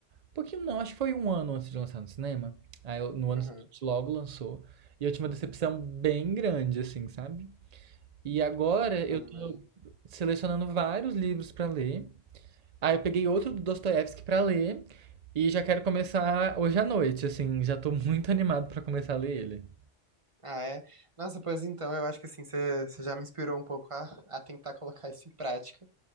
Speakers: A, on the right; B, on the right.
A: Um pouquinho não, acho que foi um ano antes de lançar no cinema. Aí eu- no
B: Aham.
A: ano seguinte logo lançou. E eu tive uma decepção bem grande, assim, sabe? E agora
B: Não,
A: eu tô
B: imagino.
A: selecionando vários livros pra ler. Aí eu peguei outro do Dostoiévski pra ler e já quero começar hoje à noite, assim, já tô <laughs> muito animado pra começar a ler ele.
B: Ah, é? Nossa, pois então, eu acho que assim, você você já me inspirou um pouco a, a tentar colocar isso em prática.